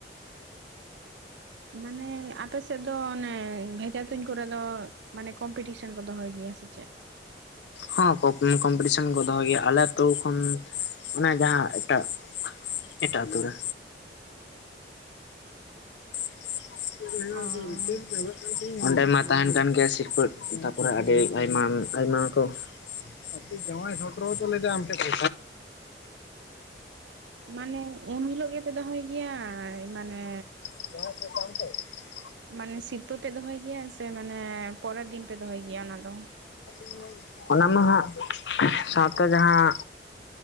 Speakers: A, on the right (about 80°); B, on the left (about 75°).
A: ᱢᱟᱱᱮ ᱟᱯᱮ ᱥᱮᱫ ᱫᱚ ᱚᱱᱮ ᱵᱷᱮᱡᱟ ᱛᱩᱧ ᱠᱚᱨᱮ ᱫᱚ ᱢᱟᱱᱮ ᱠᱚᱢᱯᱤᱴᱤᱥᱚᱱ ᱠᱚ ᱫᱚᱦᱚᱭ ᱜᱮᱭᱟ ᱥᱮ ᱪᱮᱫ
B: ᱦᱚᱸ ᱠᱚ ᱠᱚᱢᱯᱤᱴᱤᱥᱮᱱ ᱠᱚ ᱫᱚᱦᱚ ᱜᱮᱭᱟ ᱟᱞᱮ ᱟᱹᱛᱩ ᱠᱷᱚᱱ ᱚᱱᱮ ᱡᱟᱦᱟᱸ ᱮᱴᱟᱜ ᱮᱴᱟᱜ ᱟᱹᱛᱳ ᱨᱮ <unintelligible>
A: ᱚ
B: ᱚᱱᱰᱮ ᱢᱟ ᱛᱟᱦᱮᱱ ᱠᱟᱱ ᱜᱮᱭᱟ ᱥᱤᱨᱯᱟᱹ ᱛᱟᱨᱯᱚᱨᱮ ᱟᱹᱰᱤ ᱟᱭᱢᱟ ᱟᱭᱢᱟ ᱠᱚ ᱟ ᱡᱮᱶᱟᱭ ᱥᱴᱮᱨ ᱛ ᱞᱮᱫ ᱟᱢ ᱠᱚ <unintelligible>
A: ᱢᱟᱱᱮ ᱩᱱ ᱦᱤᱞᱳᱜ ᱜᱮᱯᱮ ᱫᱚᱦᱚᱭ ᱜᱮᱭᱟ? ᱢᱟᱱᱮᱼᱼ
B: <unintelligible>
A: ᱢᱟᱱᱮ ᱥᱤᱨᱯᱟᱹ ᱯᱮ ᱫᱚᱦᱚᱭ ᱜᱮᱭᱟ ᱥᱮ ᱢᱟᱱᱮ ᱯᱚᱨᱮ ᱫᱤᱱ ᱯᱮ ᱫᱚᱦᱚᱭ ᱜᱮᱭᱟ ᱚᱱᱟ ᱫᱚ?
B: <inaudible> ᱚᱱᱟ ᱢᱟ ᱦᱟᱸᱜ ᱥᱟᱶᱛᱮ ᱡᱟᱦᱟᱸᱼᱼ